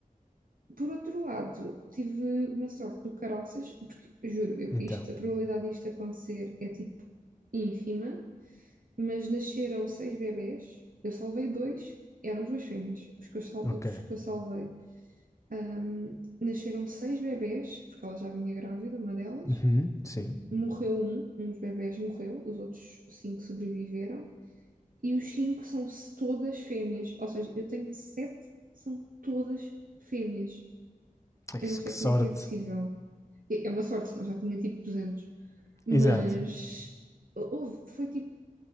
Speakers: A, on the right (about 70°); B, on the left (about 20°).
A: Por outro lado, tive uma sorte do caraças, porque juro, eu,
B: Então,
A: isto, a probabilidade disto acontecer é tipo ínfima mas nasceram seis bebés, eu salvei dois, eram duas fêmeas, os que eu, sal-
B: ok.
A: os que eu salvei. Ahm, nasceram seis bebés, porque ela já vinha grávida, uma delas.
B: Uhum, sim.
A: Morreu um, um dos bebés morreu, os outros cinco sobreviveram. E os cinco são se- todas fêmeas, ou seja, eu tenho sete, são todas fêmeas.
B: Ai,
A: Eu não sei
B: que sorte.
A: como é que é possível. É é uma sorte, senão já tinha tipo 200. Mas
B: Exato.
A: houve, foi tipo,